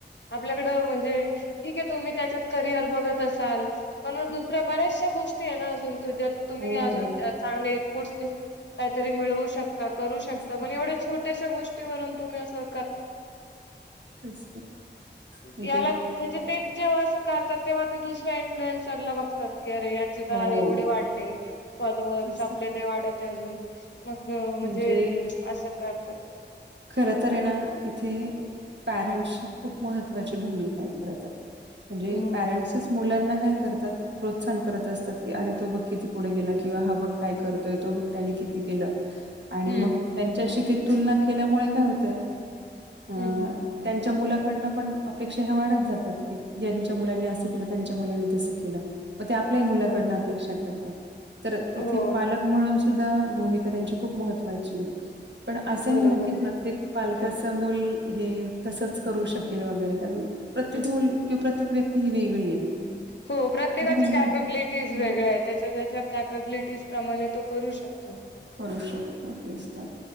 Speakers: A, on the left (about 75°); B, on the right (about 75°).
A: आपल्याकड म्हणजे ठीक आहे तुम्ही त्याच्यात करिअर बघत असाल पण मग दुसऱ्या बऱ्याचशा गोष्टी आहे ना अजूनुझ्या तुम्ही
B: हो.
A: अजून चांगले इनपुट्स देऊन काहीतरी मिळवू शकता करू शकता
B: तेच
A: म्हण
B: तर,
A: एवढ्या छोट्याशा गोष्टीवरून तुम्ही असं
B: तेच तर. म्हणजे
A: याला म्हण ते जेव्हा असं करतात तेव्हा ते दुसऱ्या इन्फ्लुएनसरला बघतात अरे यांचे तर
B: हो.
A: एवढे वाढले फॉलोअर्स
B: तेच
A: आपल्याने
B: तर.
A: वाढत अजून मग अ,
B: म्हणजे
A: असं करतात
B: खरं तर आहे ना इथे पॅरेंट्ची खूप महत्त्वाची भूमिका आहे खर तर म्हणजे
A: हो हम्म
B: पॅरंट्सच मुलांना काय करतात प्रोत्साहन करत असतात की अरे तो बक किती पुढे गेला किंवा हा बक काय करतोय तो बघ त्यांनी के आणि
A: हम्म
B: मग त्यांच्याशी ते तुलना केल्यामुळे काय होतय अ
A: हम्म हम्म.
B: त्यांच्या मुला ड पण अपेक्षा ह्या वाढत जातात की जच्या मुलांनी असं केलं त्यांच्या मुलांनी तसं केलं मग ते आपल्याही मुलाकडन
A: हो
B: अपेक्षा करतात तर इथे
A: हो
B: पालक म्हणून सुद्धा भूमिका त्यांची महत्वा पण अस
A: बरोबर आहे.
B: प्रत्येक पाल मल हे तसंच करू शकेल वगैरे कारण प्रत्येक
A: हम्म
B: मल
A: हम्म.
B: किंवा प्रत्येक व्यक्ती ती ही वेगळी आहे
A: हो प्रत्येकाच्या
B: बरोबर आहे
A: कॅपेबिलिटीज
B: ना? मग
A: वेगळ्या आहेत त्याच्या त्याच्या कॅपेबलिटीज प्र्रमाणे तो करू शकतो अ
B: करू शकतो तेच तर